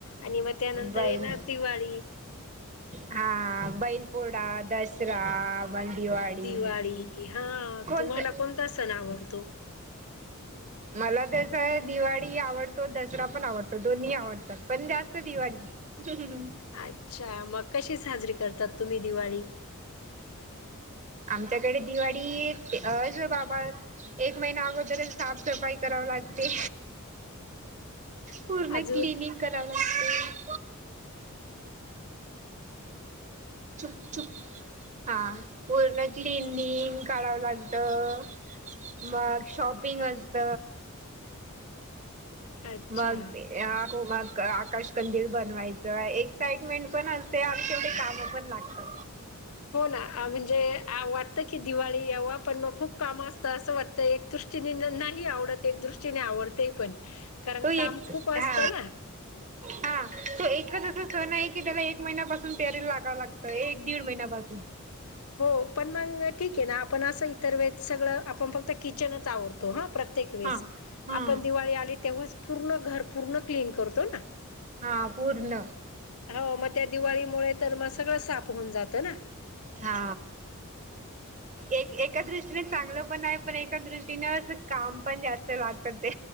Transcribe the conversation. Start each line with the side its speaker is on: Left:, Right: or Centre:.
Left: आणि मग त्यानंतर
Right: बैल
Left: येणार दिवाळी
Right: हा बैलपोळा, दसरा मग दिवाळी,
Left: दिवाळी हा
Right: कोणत
Left: तुम्हाला कोणता सण आवडतो
Right: मला तस दिवाळी आवडतो, दसरा पण आवडतो दोन्ही आवडतात पण जास्त दिवाळी ह हम ह...
Left: अच्छा मग कशी साजरी करतात तुम्ही दिवाळी?
Right: आमच्याकडे दिवाळीच होय बाबा एक महिना अगोदर साफसफाई करावी लागते पूर्ण
Left: अजून
Right: क्लिनिंग कराव लागते चुप चुप हा पूर्ण क्लिनिंग काढावं लागत मग शॉपिंग असत
Left: अच्छा
Right: मग होम आकाश कंदील बनवायचं एक्साइटमेंट पण असते आम्ही तेवढे कामं पण लागत हा
Left: हो ना म्हणजे वाटतं की दिवाळी यावा पण मग खूप काम असतं असं वाटतं एक दृष्टीने नाही आवडत एक दृष्टीने आवडते पण कारण
Right: तो
Left: काम
Right: एक
Left: खूप असतं
Right: हा
Left: ना
Right: हा तो एकच असा सण आहे की त्याला एक महिन्यापासून तयारीला लागावं लागतं एक दीड महिन्यापासून
Left: हो पण मग ठीक आहे ना आपण असं इतर वेळेत सगळं आपण फक्त किचनच आवरतो हा प्रत्येक वेळेस
Right: हा हा
Left: आपण दिवाळी आली तेव्हाच पूर्ण घर पूर्ण क्लीन करतो ना
Right: हा पूर्ण
Left: हो मग त्या दिवाळीमुळे तर मग सगळं साफ होऊन जातं ना
Right: हा एक एक एका दृष्टीने चांगलं पण आहे पण एका दृष्टीने असं काम पण जास्त लाग ते